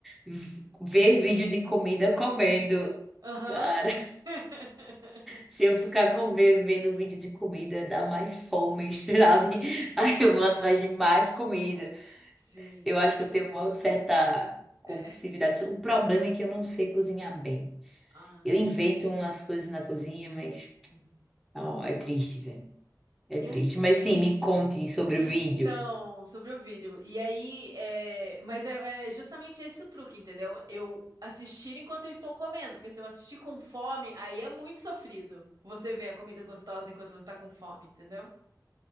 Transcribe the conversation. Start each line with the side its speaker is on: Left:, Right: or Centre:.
Centre: v- ver vídeo de comida comendo.
Right: Aham.
Centre: Cara, <laughs>
Right: <laughs>
Centre: se eu ficar com, ve- vendo vídeo de comida, dá mais fome, <laughs> sabe? Aí eu vou atrás
Right: É,
Centre: de mais comida.
Right: sim,
Centre: Eu acho
Right: né?
Centre: que eu tenho uma certa compulsividade.
Right: É.
Centre: O problema é que eu não sei cozinhar bem.
Right: Ah.
Centre: Eu invento umas coisas na cozinha, mas
Right: Uhum.
Centre: ó, é triste, velho. É
Right: Yes.
Centre: triste. Mas sim, me conte sobre
Right: Então,
Centre: o vídeo.
Right: sobre o vídeo. E aí, é... mas é, é justamente esse o truque, entendeu? Eu assistir enquanto eu estou comendo, porque se eu assistir com fome, aí é muito sofrido. Você vê a comida gostosa enquanto você está com fome, entendeu?